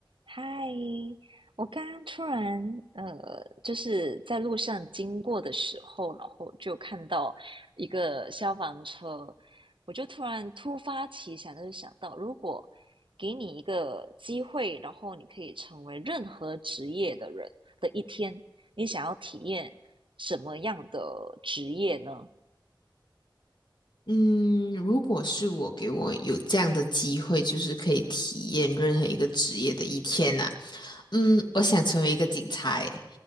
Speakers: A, on the right; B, on the left.
A: 嗨，我刚刚突然呃，就是在路上经过的时候，然后就看到一个消防车，我就突然突发奇想，就是想到，如果给你一个机会，然后你可以成为任何职业的人的一天，你想要体验什么样的职业呢？
B: 嗯，如果是我给我有这样的机会，就是可以体验任何一个职业的一天呐、嗯，我想成为一个警察诶，